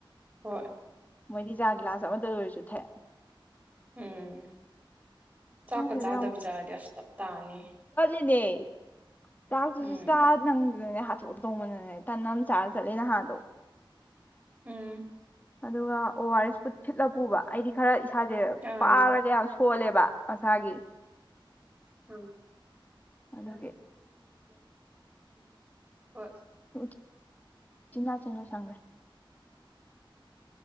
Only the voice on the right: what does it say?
ꯍꯣꯏ
ꯎꯝ ꯆꯥꯛ
ꯀ ꯆꯥ ꯗꯕꯤ ꯆꯠꯂꯗꯤ ꯑꯁ ꯇꯥꯅꯤ
ꯎꯝ
ꯎꯝ
ꯑꯥ
ꯑꯝ
<unintelligible> ꯍꯣꯏ